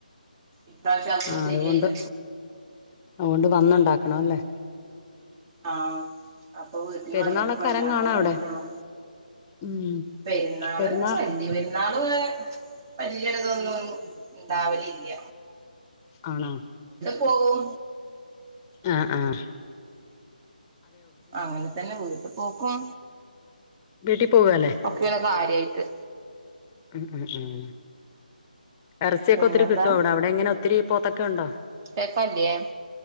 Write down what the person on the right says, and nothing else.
ഇപ്രാവശ്യം അതൊന്നും
ശരിയായില്ല
ആ അപ്പൊ വീട്ടിൽ
വന്നിട്ട് പ
ഉണ്ടാക്കൻ തുടങ്ങിട്ടുള്ളു
പെരുന്നാള്
വല്ല ള വലിയളുതൊന്നും ഉണ്ടാവല ഇല്ല
പോൺ
അങ്ങനെ തന്നെ പുതിട്ട് പോക്കും
ഒക്കെയുള്ള കാര്യായിട്ട്
പിന്നെന്താ
കേക്കല്ലേ